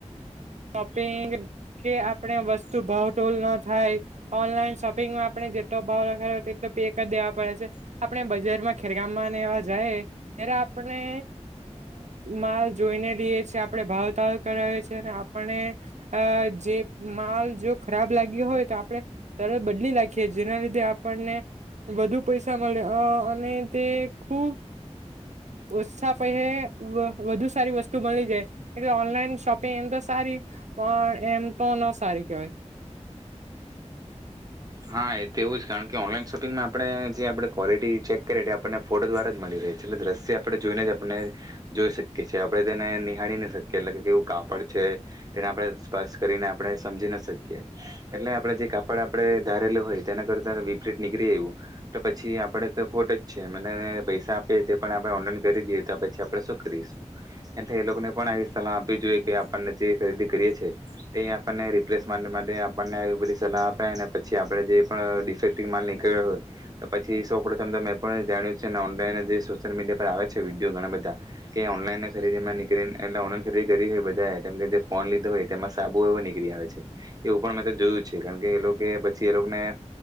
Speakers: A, on the right (about 75°); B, on the right (about 30°).
A: શોપિંગ કે આપણે વસ્તુ ભાવટોલ ના થાય ઓનલાઈન શોપિંગમાં આપણે જેટલો ભાવ લખાવો તેટલો પે કરી દેવા પડે છે. આપણે બજારમાં ખેરગામમાંને એવા જાય ત્યારે આપણે માલ જોઈને લિએ છીએ આપણે ભાવ તાલ કરાવીએ છીએ. આપણે આ જે માલ જો ખરાબ લાગ્યો હોય તો આપણે તરત બદલી નાખીએ જેના લીધે આપણને વધુ પૈસા મળે અને તે ખુબ ઓછા પૈસા વધુ સારી વસ્તુ મળી જાય એટલે ઓનલાઈન શોપિંગ એમ તો. સારી પણ એમ તો ન સારી કેહેવાય.
B: હા એ તો એવું જ કારણ કે ઓનલાઈન શોપિંગમાં આપણે જે આપણે ક્વૉલિટી ચેક કરીતે આપણને ફોટો દ્વારા જ મળી રહી છે એટલે દ્રશ્ય આપણે જોઈને જ આપણને જોઈ શકીએ છીએ આપણે તેને નિહાળી ન શકીએ એટલે કે કેવું કાપડ છે તેને આપણે સ્પર્શ કરીને આપણે સમજીન શકીએ એટલે આપણે જે કાપડ આપડે. ધારેલું હોય તેના કરતા વીપરીત નીકળી આયવુ તો પછી આપણે તો ખોટ જ છે <inaudible> પૈસા આપીએ તે પણ આપણે ઓનલાઈન કરી દઈએ તો પછી આપણે શું કરીશું એટલે એ લોકોને પણ આવી સલાહ આપવી જોઈએ કે આપણને જે ખરીદી કરીએ છે તે આપણને રિપ્લેસમેન્ટ માટે આપણને એ બધી સલાહ આપે અને પછી આપણે જે પણ ડિફેક્ટિવ માલ નીકળ્યો હોય તો પછી સૌ પ્રથમ તો મેં પણ જાણ્યું છે ને ઓનલાઈન જે સોશિયલ મીડિયા પર આવે છે વિડીયો ઘણા બધા કે ઓનલાઈન ખરીદીમાં નીકળીને એટલે ઓનલાઈન ખરીદી કરી હોય બધાએ કે જે ફોન લીધો હોય તેમાં સાબુ એવો નીકળી આવે છે એવું પણ મેં તો જોયું છે કારણ કે એ લોક કે પછી એ લોકને